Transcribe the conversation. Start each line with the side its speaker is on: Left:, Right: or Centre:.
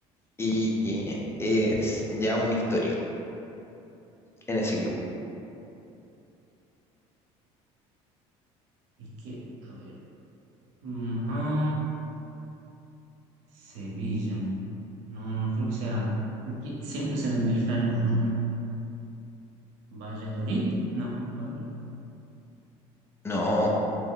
Left: y y es ya un histórico en ese equipo.
Right: Es que, a ver, mm, ah, Sevilla. No, no creo que sea, porque siempre se me mezclan los nombres. Valladolid, no, a ver.
Left: No,